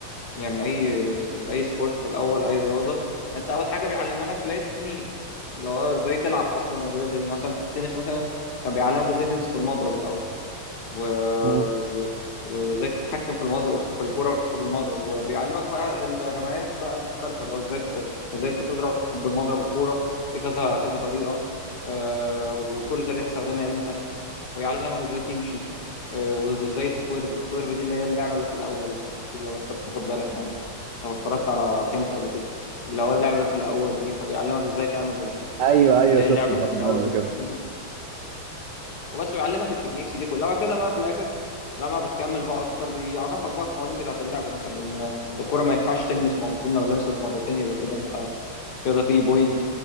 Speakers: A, on the left (about 55°); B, on the right (about 80°).
A: يعني اي اي سبورت في الاول اي رياضه انت اول حاجه بيعلمها لك اللي هي التكنيك اللي هو ازاي تلعب اصلا الرياضه دي يعني مثلا في التنس مثلا كان بيعلمك ازاي تمسك المضرب الاول و...
B: مم.
A: و... وازاي تتحكم في المضرب في الكره بالمضرب وبيعلمك بقى الرميات بقى المختلفه اللي هو ازاي ت... ازاي تضرب بالمضرب الكوره في كذا كذا طريقه آه... وكل طريقه تستخدمها امتى ويعلمك ازاي تمشي آه، وازاي تسويرف السويرف دي اللي هي اللعبه اللي في الاول دي لو انت بتاخد بالك يعني لو اتفرجت على تنس قبل كده اللي هو اللعبه في الاول دي فبيعلمك ازاي تعمل ال-
B: ايوه ايوه
A: اللي
B: شفت
A: هي اللعبه
B: الحوار
A: اللي في الاول
B: ده قبل
A: اللي
B: كده
A: في التنس وبس بيعلمك التكنيكس دي كلها وبعد كده بقى في الاخر لما بتكمل بقى اكتر بيعرفك بقى القوانين بتاعه اللعبه مثلا ان الكره ما ينفعش تلمس مرتين لو لمست مرتين يبقى كده انت كده في بوينت